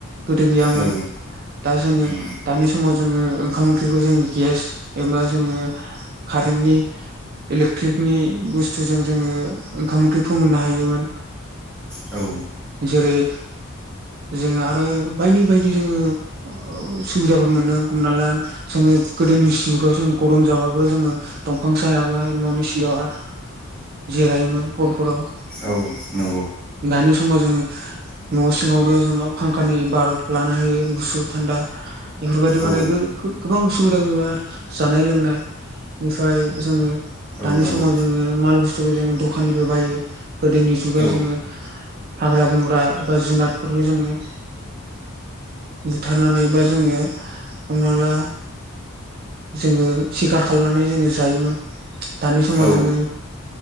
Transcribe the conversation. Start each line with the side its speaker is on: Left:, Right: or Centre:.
Right: गोदो गैयामोन
Centre: औ
Right: दा जोङो
Centre: उम
Right: दानि समाव जोङो ओंखाम ओंख्रिखौ जों गेस एबा जोङो कारेेनटनि इलेक्ट्रिकनि बुस्थुजों जोङो ओंखाम ओंख्रि फोमोननो हायोमोन।
Centre: औ
Right: जेरै जोङो आरो बायदि-बायदि जोङो ओह सुबिदाफोर मोनदों हमनाला जोङो गोदोनि जुगाव जों गरम जाबाबो जोङो दंफां सायाबा न'नि सिलायावहा जिरायोमोन हरफोराव।
Centre: औ नंगौ।
Right: दानि समाव जोंङो न' सिङावनो जों मा फांखानि बार लानो हायो गुसु थान्दा बेफोरबायदि माने
Centre: औ
Right: गो गो गोबां सुबिदा होयो आरो जानाय लोंनाय इनिफ्राय जोंङो दानि
Centre: औ नंगौ
Right: समाव जोंङो माल बुस्थुखौ जोंङो दखाननिफाय बायो। गोदोनि जुगा
Centre: औ
Right: जोंङो हाग्रा बंग्रा एबा जुनाद फोरबो जोंङो ज <inaudible> थारनानै बा जोंङो हमना ला जोंङो सिखार खालामनानै जोंङो जायोमोन दानि समाव
Centre: औ
Right: जोंङो